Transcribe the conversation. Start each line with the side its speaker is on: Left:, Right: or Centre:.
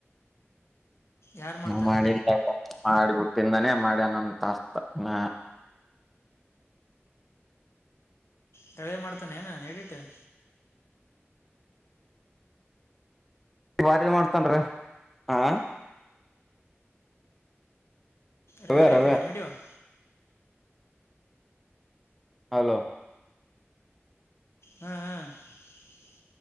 Left: ಯಾರು ಮಾಡ್ತಾರೆ
Centre: ಹ, ಮಾಡಿನಿ, ಸ್ವಲ್ಪ, ಸ್ವಲ್ಪ. <inaudible> ಮಾಡಿಬಿಟ್ಟಿಂದಾನೇ, ಮಾಡಿ, ಅನಂತ ಆಸ್ತ, ಹ್ಮ್ಮ್. <inaudible>
Left: ಕೆಳವೆ, ಮಾಡ್ತಾನೆ, ಏನು, ಎಡಿಟ್. <inaudible>
Centre: ಬಾರಿ, ಮಾಡುತಾನೇರಿ? <inaudible>
Left: ರವಿಗೀಕಿಧಾನ,
Centre: ರವ್ಯ ರವ್ಯ
Left: ವಿೆಡಿಯೋ. <inaudible>
Centre: ಹಲೋ.. <inaudible>
Left: ಹಾ, ಹ. <unintelligible>